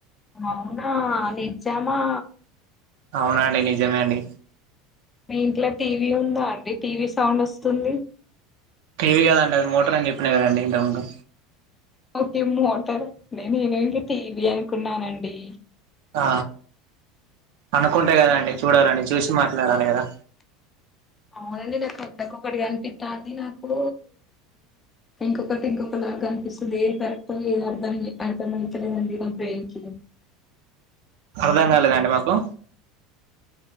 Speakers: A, on the left; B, on the right.
A: అవునా నిజమా
B: అవునా అండి నిజమే అండి
A: మీ ఇంట్ల టీవీ ఉందా అండి టీవీ సౌండ్ వస్తుంది.
B: టీవీ కాదండి అది మోటర్ అని చెప్పిన కదండి ఇంతకు ముందు
A: ఓకే మోటరా నేనే ఇంక టీవీ అనుకున్నానండి.
B: ఆ అనుకుంటే కాద్ అండి చూడాలండి చూసి మాట్లాడాలె కదా
A: అవునండి నా కళ్ళకు ఒకటి కనిపిత్తాన్ది నాకు ఇంకొకటి ఇంకొక లాగా కనిపిస్తుంది. ఏ కరెక్టో ఏ అర్థం అర్థంమయితలేదండి నా బ్రెయిన్కి
B: అర్థం కాలేదండి మాకు